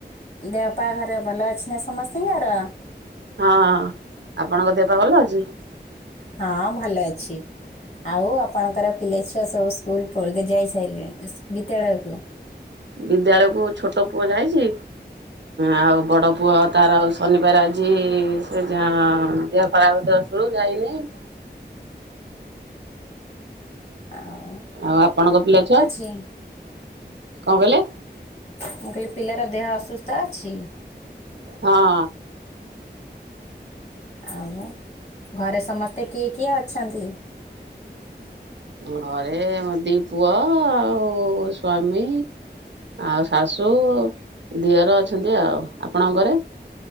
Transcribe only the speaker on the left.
ଦେହପାହା ଘରେ ଭଲ ଅଛି ନା ସମସ୍ତିଙ୍କର?
ହଁ ଭଲ ଅଛି। ଆଉ ଆପଣଙ୍କର ପିଲା ଛୁଆ ସବୁ ସ୍କୁଲ ଫୁଲ କୁ ଯାଇସାରିଲେଣି ବିଦ୍ୟାଳୟକୁ।
ଆଉ
କି
ମୁଁ କହିଲି ପିଲାର ଦେହ ଅସୁସ୍ଥ ଅଛି?
ଆଉ ଘରେ ସମସ୍ତେ କିଏ କିଏ ଅଛନ୍ତି?